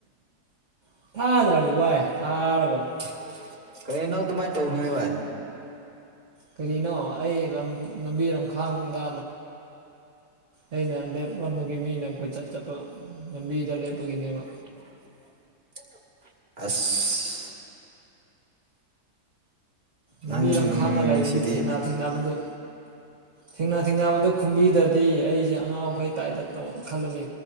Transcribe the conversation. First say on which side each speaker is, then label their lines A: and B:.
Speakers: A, on the right (about 50°); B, on the right (about 30°).
A: <unintelligible>
B: <unintelligible> ꯀꯩꯅꯣ ꯅꯪ ꯑꯗꯨꯃꯥꯏꯅ ꯇꯧꯅꯨꯅꯦ ꯚꯥꯏ
A: ꯀꯔꯤꯅꯣ ꯑꯩ ꯂꯝꯕꯤ ꯂꯝꯈꯥꯡꯗ ꯑꯩꯅ ꯂꯦꯞꯂꯝꯕꯒꯤ ꯃꯤꯅ ꯑꯩꯈꯣꯏ ꯆꯠ ꯆꯠꯄ ꯂꯝꯕꯤꯗ ꯂꯦꯞꯄꯒꯤꯅꯦꯕ
B: <unintelligible> ꯑꯁ
A: ꯂꯝꯕꯤ
B: ꯅꯪ
A: ꯂꯝꯈꯥꯡꯗ ꯂꯩꯕꯒꯤ
B: ꯁꯤꯗꯤ
A: ꯊꯦꯡꯅꯥ ꯊꯦꯡꯅꯕꯗꯨ ꯊꯦꯡꯅꯥ ꯊꯦꯡꯅꯥꯕꯗꯣ ꯈꯨꯝꯕꯤꯗꯗꯤ ꯑꯩꯁꯦ ꯑꯉꯥꯎ ꯐꯩ ꯇꯥꯏꯇ ꯇꯧ ꯈꯜꯂꯅꯦ